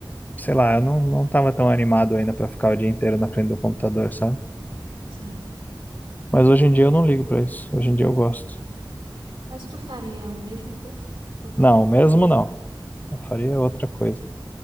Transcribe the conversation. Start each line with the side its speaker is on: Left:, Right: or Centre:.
Left: sei lá, eu não, não tava tão animado ainda pra ficar o dia inteiro na frente do computador, sabe?
Right: sim.
Left: Mas hoje em dia eu não ligo pra isso. Hoje em dia eu gosto.
Right: Mas tu faria o mesmo curso? Ou tu
Left: Não,
Right: faria
Left: mesmo
Right: outro?
Left: não. Eu faria outra coisa.